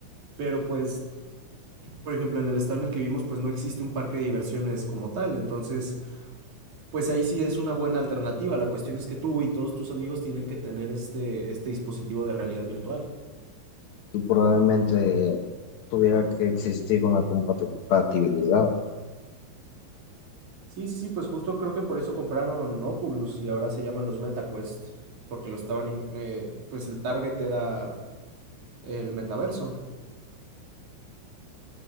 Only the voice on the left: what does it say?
y probablemente tuviera que existir una compatibilidad.